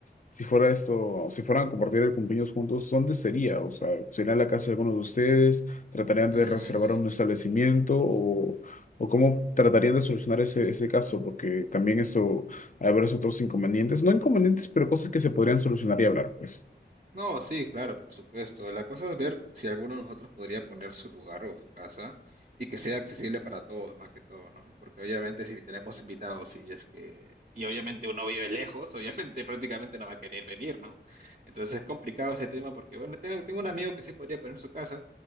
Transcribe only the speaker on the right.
<laughs>
mm,
No, sí, claro, por supuesto. La cosa es ver si alguno de nosotros podría poner su lugar o su casa y que sea accesible para todos, más que todo, ¿no? Porque obviamente si tenemos invitados y es que... Y obviamente uno vive lejos, obviamente <laughs> prácticamente no va a querer venir, ¿no? Entonces es complicado ese tema porque, bueno, tengo, tengo un amigo que sí podría poner su casa,